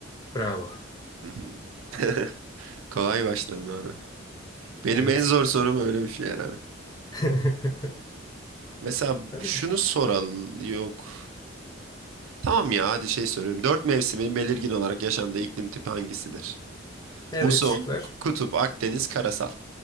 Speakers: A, on the left (about 20°); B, on the right (about 85°).
A: Bravo.
B: Hı hı. <laughs> Kolay başladın abi. Benim
A: Evet.
B: en zor sorum öyle bir şey herhalde.
A: <laughs>
B: Mesela
A: Hadi
B: şunu
A: bak.
B: soral yok. Tamam ya hadi şey soruyorum. Dört mevsimin belirgin olarak yaşandığı iklim tipi hangisidir?
A: Evet
B: Muson,
A: şıklar.
B: kutup, Akdeniz, karasal.